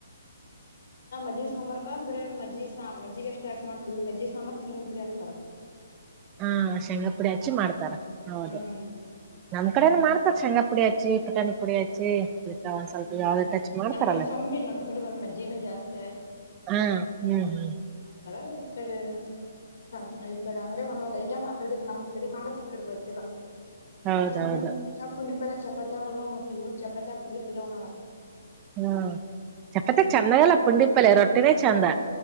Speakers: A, on the left; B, on the right.
A: ನ ಮಜ್ಜಿಗಿ ಸಾಂಬಾರಕ ಬರೆ ಮಜ್ಜಿಗಿ ಸಾ ಮಜ್ಜಿಗಿ ಅಷ್ಟೆ ಹಾಕ್ ಮಾಡ್ತೀವಿ ಇವ್ರ ಮಜ್ಜಿಗಿ ಸಾಂಬಾರಕ ಸೆಂಗಿನಿ ಪುಡಿ ಹಾಕ್ತಾರ.
B: ಹಾ ಶೇಂಗಾಪುಡಿ ಹಚ್ಚಿ ಮಾಡ್ತಾರ ಹೌದು.
A: ಹ್ಮ್
B: ನಮ್ಮ್ ಕಡೆನು ಮಾಡ್ತಾರ ಶೆಂಗಾ ಪುಡಿ ಹಚ್ಚಿ ಪುಟಾಣಿ ಪುಡಿ ಹಚ್ಚಿ. ಇಟ್ಟ ಒಂದ್ ಸ್ವಲ್ಪ
A: ಹ್ಮ್
B: ಯಾವ್ದೇಹಿಟ್ಚ್ ಮಾಡ್ತಾರಲ್ಲ
A: ಅಂದ್ರೆ ಕಮ್ಮಿ ನಮ್ ಕಡೆ ಬರ ಮಜ್ಜಿಗನೇ ಜಾಸ್ತಿ
B: ಹ್ಮ್. ಹ್ಮ್ ಹ್ಮ್
A: ಆತರ ಇಕಡೆ ನಮ್ ಈ ಕಡೆ ಅಂದ್ರೆ ಒಂದೊಂದ್ ಐಟಮ್ ಆಕಡಿದ್ ನಮ್ ಕಡಿ ಮಾಡೋದ್ ಈಕಡ ಗೊತ್ತಿಲ್.
B: ಹೌದೌದು
A: ನಾವ್ ಪುಂಡ ನಾವ್ ಪುಂಡಿ ಪಲ್ಯ ಚಪಾತ್ಯಾಗ ಎಲ್ಲಾ ಉಣತೀವಿ ಇವ್ರ ಚಪಾತ್ಯಾಗ ಪುಂಡಿ ಪಲ್ಯ ಉಣಲಾ.
B: ಹ್ಮ ಚಪಾತ್ಯಾಗ ಚಂದಾಗಲ್ಲ ಪುಂಡಿಪಲ್ಯ ರೊಟ್ಟಿನೆ ಚಂದ.